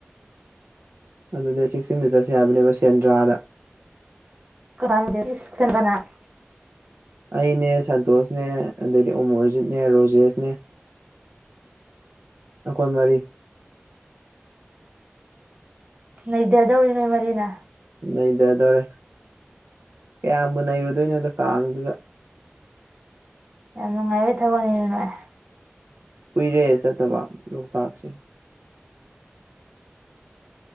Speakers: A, on the right; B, on the right.
A: ꯑꯗꯨꯗꯤ ꯁꯤꯛꯁꯇꯤꯟꯗ ꯆꯠꯁꯦ ꯍꯥꯏꯕꯅꯦꯕ ꯁꯦꯟꯗ꯭ꯔꯥꯗ
B: ꯀꯃꯥꯡ ꯁꯤꯀꯟꯒ <inaudible>
A: ꯑꯩꯅꯦ ꯁꯟꯇꯣꯁꯅꯦ ꯑꯗꯩꯗꯤ ꯑꯣꯃꯣꯔꯖꯤꯠꯅꯦ ꯔꯣꯖꯦꯁꯅꯦ ꯑꯈꯣꯏ ꯃꯔꯤ
B: ꯅꯩꯖꯗꯧꯔꯤ ꯅꯣꯏ ꯃꯔꯤꯅ
A: ꯅꯩꯗꯗꯧꯔꯦ ꯀꯌꯥꯝꯕꯨ ꯅꯩꯔꯨꯗꯣꯏꯅꯣꯗꯣ ꯀꯥꯡꯗꯨꯗ
B: ꯌꯥꯝ ꯅꯨꯡꯉꯥꯏꯕꯩ ꯊꯕꯛꯅꯤꯅ ꯑꯦ
A: ꯀꯨꯏꯔꯦ ꯆꯠꯇꯕ ꯂꯣꯛꯇꯥꯛꯁꯦ